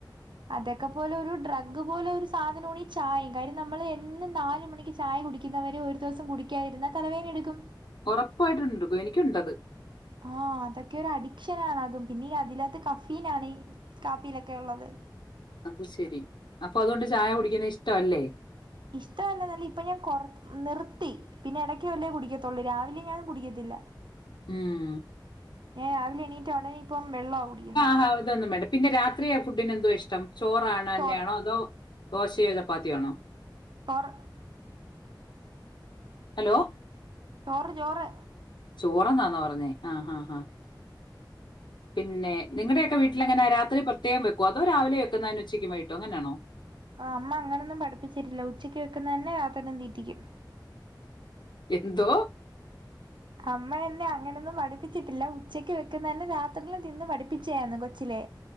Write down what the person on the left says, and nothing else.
ഒറപ്പായിട്ടുണ്ട് എനിക്കുണ്ടത്
അത് ശരി അപ്പൊ അതുകൊണ്ട് ചായ കുടിക്കുന്നത് ഇഷ്ട അല്ലേ?
ഉം.
ആഹ് അതൊന്നും വേണ്ട പിന്നെ രാത്രി ആ ഫുഡിന് എന്തോ ഇഷ്ടം ചോറാണോ തന്നെയാണോ
അതോ? ഓശയോ ചപ്പാത്തി ആണോ?
ഹലോ
ചോറന്നാണോ പറഞ്ഞേ ആഹ് ആഹ് ആഹ് പിന്നെ നിങ്ങടെക്കെ വീട്ടിലെങ്ങന രാത്രി പ്രത്യേക വെക്കൊ അതോ രാവിലെ വെക്കുന്ന അതിന് ഉച്ചക്ക് വയിട്ടോ അങ്ങനാണോ?
എന്തോ?